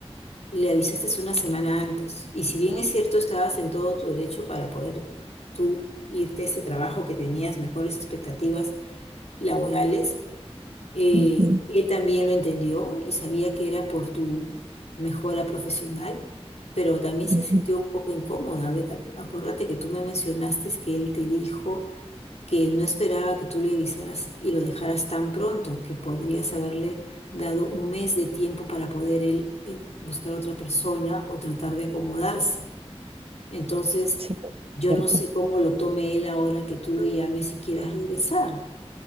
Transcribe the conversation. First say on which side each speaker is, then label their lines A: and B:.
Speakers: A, on the left; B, on the right.
A: le avisaste una semana antes y si bien es cierto, estabas en todo tu derecho para poder tú irte a ese trabajo que tenías mejores expectativas laborales, Eh,
B: Ujú,
A: él también lo entendió y sabía que era por tu mejora profesional, pero también se
B: ujú.
A: sintió un poco incómoda. A ver, a- Acuérdate que tú me mencionaste que él te dijo que no esperaba que tú le avisaras y lo dejaras tan pronto, que podrías haberle dado un mes de tiempo para poder él eh, buscar otra persona o tratar de acomodarse. Entonces,
B: Sí,
A: yo
B: cierto.
A: no sé cómo lo tome él ahora que tú lo llames y quieras regresar.